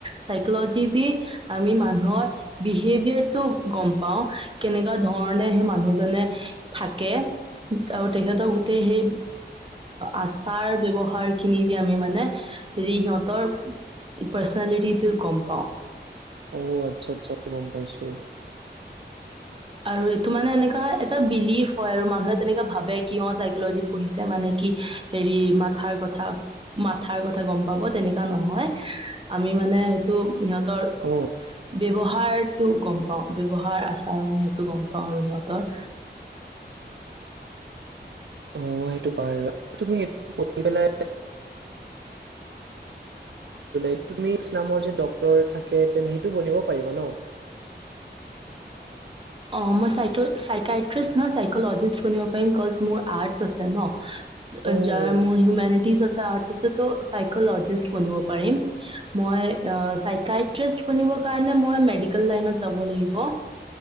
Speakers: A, on the right (about 30°); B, on the right (about 80°).
A: চাইকলজি দি আমি মানুহৰ বিহেভিয়াৰ টো গম পাওঁ, কেনেকুৱা ধৰণে সেই মানুহজনে থাকে। আৰু তেখেতৰ গোটেই সেই আচাৰ ব্যৱহাৰ খিনি দি আমি মানে, হেৰি সিহঁতৰ পাৰ্চনেলিটিটো গম পাওঁ।
B: অ', আচ্ছা আচ্ছা গম পাইছোঁ।
A: আৰু এইটো মানে এনেকা হয় এটা বিলিভ হয় আৰু মানুহে তেনেকা ভাবে কিয় চাইকলজি পঢ়িছে মানে কি হেৰি মাথাৰ কথা। মাথাৰ কথা গম পাব তেনেকুৱা নহয়, আমি মানে সেইটো সিহঁতৰ
B: অ।
A: ব্যৱহাৰটো গম পাওঁ। ব্যৱহাৰ আচাৰণ সেইটো গম পাওঁ আৰু সিহঁতৰ।
B: অ', সেইটো <inaudible> <inaudible> মাষ্টাৰ কৰিলা সেইটো তুমি <inaudible> নামৰ যে ডক্টৰ থাকে, তেনে সেইটো বনিব পাৰিবা ন'?
A: অ', মই চাইকিয়াট্ৰিষ্ট ন' চাইকলজিষ্ট বনিব পাৰিম বিকচ মোৰ আৰ্টচ আছে ন'।
B: অ',
A: যাৰ মোৰ হিউমেনিটিজ আছে আৰ্টচ আছে ত' চাইকলজিষ্ট বনিব পাৰিম। মই আ, চাইকিয়াট্ৰিষ্ট বনিব কাৰণে মই মেডিকেল লাইনত যাব লাগিব।